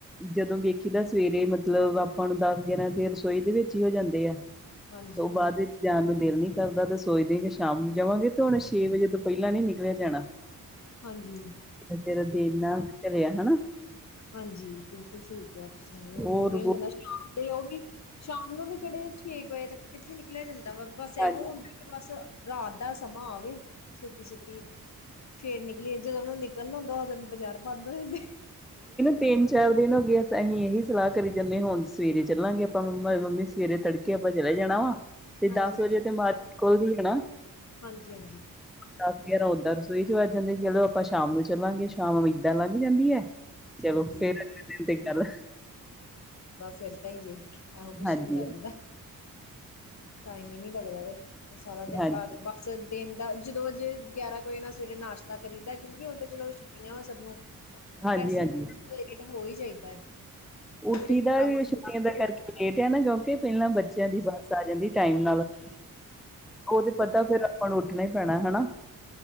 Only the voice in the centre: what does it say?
ਜਦੋਂ ਸਵੇਰੇ ਮਤਲਬ, ਆਪਾਂ ਨੂੰ ਦਸ -ਗਿਆਰਾਂ ਤੇ ਰਸੋਈ ਦੇ ਵਿੱਚ ਹੀ ਹੋ ਜਾਂਦੇ ਆ। ਤੇ
ਓ ਬਾਅਦ ਵਿੱਚ ਜਾਣ ਨੂੰ ਦਿਲ ਨੀ ਕਰਦਾ ਤੇ ਸੋਚਦੇ ਕਿ ਸ਼ਾਮ ਨੂੰ ਜਾਵਾਂਗੇ ਤੇ ਹੁਣ ਛੇ ਵਜੇ ਤੋਂ ਪਹਿਲਾਂ ਨੀ ਨਿਕਲਿਆ ਜਾਣਾ।
ਹੈ ਨਾ।
ਹੋਰ
ਹਾਂਜੀ
ਤਿੰਨ-ਚਾਰ ਦਿਨ ਹੋ ਗਏ। <unintelligible> ਅਸੀਂ ਇਹੀ ਸਲਾਹ ਕਰੀ ਜਾਂਦੇ ਹਾਂ, ਹੁਣ ਸਵੇਰੇ ਚੱਲਾਂਗੇ ਆਪਾਂ <unintelligible> ਮੰਮੀ ਸਵੇਰੇ ਤੜਕੇ। <unintelligible> ਹੀ ਜਾਣਾ ਵਾ। ਤੇ ਦਸ
ਵਜੇ ਤੇ ਮਾਰਕਿਟ ਖੁਲਦੀ ਆ ਨਾ <inaudible>
ਦਸ-ਗਿਆਰਾਂ ਓਦਾਂ, <unintelligible> 'ਚ ਵੱਜ ਜਾਂਦੇ ਚਲੋ, ਆਪਾਂ ਸ਼ਾਮ ਨੂੰ ਚੱਲਾਂਗੇ, ਸ਼ਾਮੀ। ਏਦਾਂ ਲੱਗ ਜਾਂਦੀ ਐ ਚਲੋ,
<inaudible> ਫਿਰ <inaudible> ਤੇ ਗੱਲ।
ਹਾਂਜੀ
ਹਾਂਜੀ
ਹਾਂਜੀ
ਹਾਂਜੀ
ਉੱਠੀ
ਦਾ
ਵੀ
ਛੁੱਟੀਆਂ ਦਾ ਕਰਕੇ
ਲੇਟ ਆ ਨਾ, ਕਿਉਂਕਿ ਪਹਿਲਾਂ ਬੱਚਿਆਂ ਦੀ ਬੱਸ ਆ ਜਾਂਦੀ ਟਾਈਮ ਨਾਲ <unintelligible> ਤੇ ਪਤਾ ਫੇਰ ਹੁਣ ਉੱਠਣਾ ਹੀ ਪੈਣਾ ਹੈ ਨਾ